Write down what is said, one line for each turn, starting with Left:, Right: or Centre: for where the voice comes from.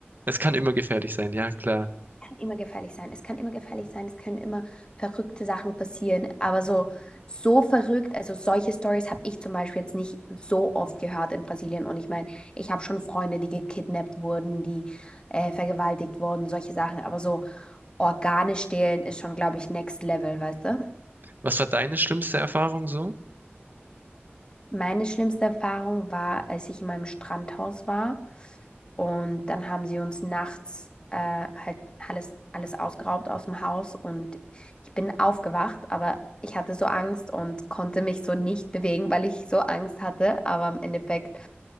Right: Es kann immer gefährlich sein, ja klar.
Left: kann immer gefährlich sein. Es kann immer gefährlich sein. Es können immer verrückte Sachen passieren. Aber so, so verrückt, also solche Stories habe ich zum Beispiel jetzt nicht so oft gehört in Brasilien. Und ich meine, ich habe schon Freunde, die gekidnappt wurden, die äh, vergewaltigt wurden, solche Sachen. Aber so Organe stehlen ist schon, glaube ich, next level, weißt du?
Right: Was war deine schlimmste Erfahrung so?
Left: Meine schlimmste Erfahrung war, als ich in meinem Strandhaus war und dann haben sie uns nachts äh, halt alles, alles ausgeraubt aus dem Haus und ich bin aufgewacht, aber ich hatte so Angst und konnte mich so nicht bewegen, weil ich so Angst hatte. Aber im Endeffekt